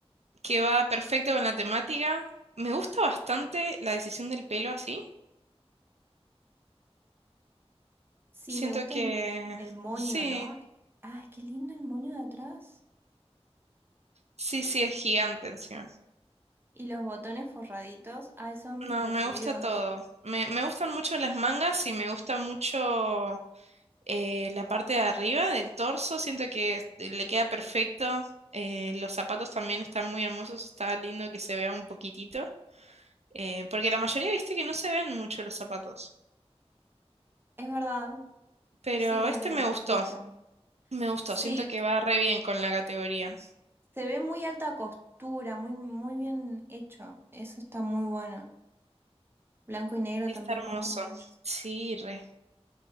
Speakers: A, on the right; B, on the right.
A: que va perfecto con la temática. Me gusta bastante la decisión del pelo así.
B: Sí,
A: Siento
B: me gusta
A: que
B: el, el moño,
A: sí,
B: ¿no? Ay, qué lindo el moño de atrás.
A: sí, sí, es gigante encima.
B: Y los botones forraditos, ay, son mis
A: No,
B: preferidos.
A: me gusta todo. Me, me gustan
B: Sí,
A: mucho las mangas y me gusta mucho eh, la parte de arriba del torso. Siento que le queda perfecto. Eh, los zapatos también están muy hermosos. Está lindo que se vea un poquitito. Eh, porque la mayoría, viste, que no se ven mucho los zapatos.
B: Es verdad,
A: Pero
B: sí, como
A: este
B: que los
A: me gustó,
B: ocultan.
A: me gustó.
B: Sí,
A: Siento que va re bien con la categoría.
B: se ve muy alta costura, muy, muy bien hecho. Eso está muy bueno. Blanco y negro
A: Está
B: también
A: hermoso.
B: van con mucho.
A: Sí, re.